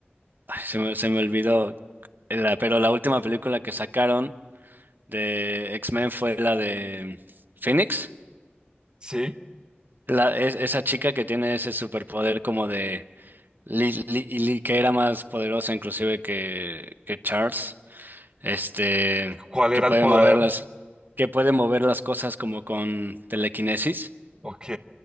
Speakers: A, on the right; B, on the right.
A: ay, se me, se me olvidó. la- pero la última película que sacaron de X-Men fue la de Phoenix.
B: sí,
A: La, es- esa chica que tiene ese superpoder como de. Li- Li- Li- que era más poderosa inclusive que, que Charles. este,
B: ¿cuál
A: que
B: era
A: puede
B: el poder?
A: mover las, que puede mover las cosas como con telequinesis,
B: Ok,